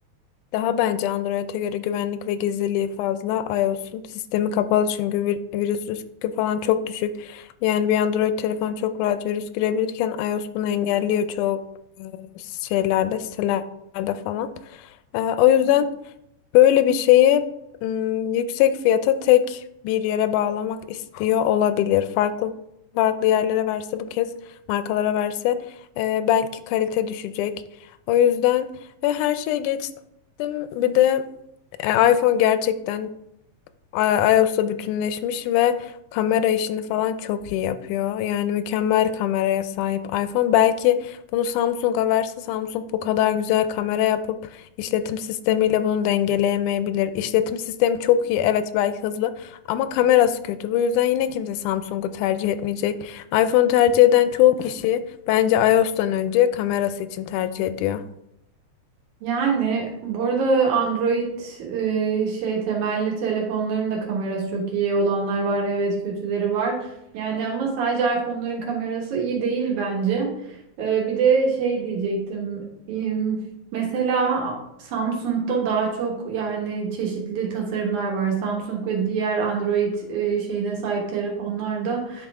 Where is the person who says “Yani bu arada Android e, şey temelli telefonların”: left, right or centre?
Right